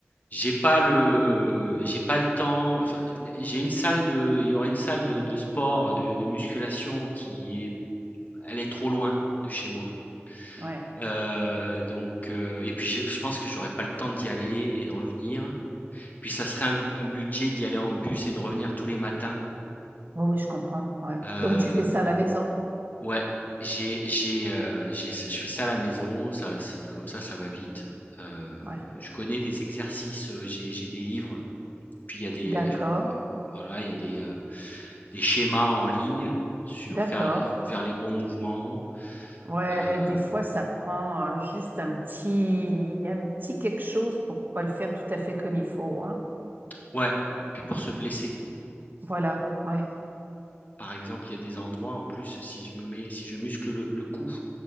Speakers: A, on the left; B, on the right.
A: J'ai pas le j'ai pas le temps, enfin, j'ai une salle de il y aurait une salle de de sport, de de musculation qui est elle est trop loin de chez moi.
B: Ouais.
A: Heu, donc heu et puis je je pense que j'aurais pas le temps d'y aller et de revenir. Puis ça serait un un budget d'y aller en bus et de revenir tous les matins.
B: Oui, oui, je comprends. Ouais.
A: Heu,
B: Donc tu fais ça à la maison?
A: ouais, j'ai j'ai, heu, j'ai je fais ça à la maison, ça se comme ça, ça va vite. Heu,
B: Ouais.
A: je connais des exercices, heu, j'ai j'ai des livres, puis il y a des,
B: D'accord.
A: heu, voilà, il y a des, heu, des schémas en ligne sur
B: D'accord.
A: faire faire les bons mouvements,
B: Ouais,
A: heu,
B: des fois, ça prend euh, juste un petit, un petit quelque chose pour pas le faire tout à fait comme il faut, hein.
A: ouais, puis pour se blesser.
B: Voilà, ouais.
A: Par exemple, il y a des endroits en plus, si je me mets si je muscle le le cou,